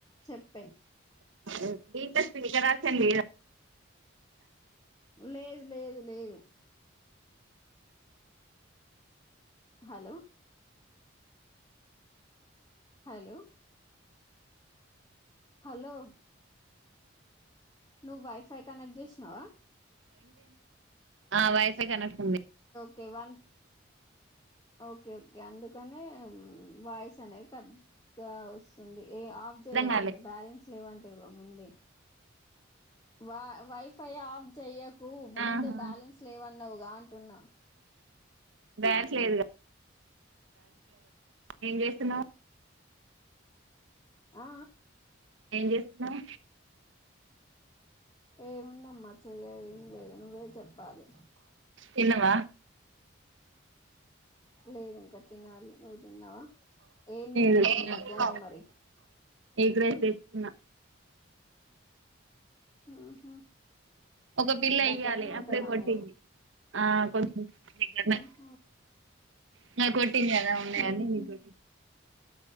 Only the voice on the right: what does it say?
<unintelligible>
ఆ వై ఫై కనస్తుంది
అర్థం
కాలే
ఆహా
బ్యాలెన్స్ లేదుగా ఏం జేస్తున్నావ్
ఏం జేస్తున్నావ్
తిన్నవ
లేదు
ఎగ్ రైస్ దెప్ కున్నా
ఒక పిల్ల
వేయాలి
అప్పుడే
కొట్టింది ఆ కొంచెం దగ్గరనే
ఇంకా కొట్టింది కదా ఉన్నాయని
నీకు కొట్టి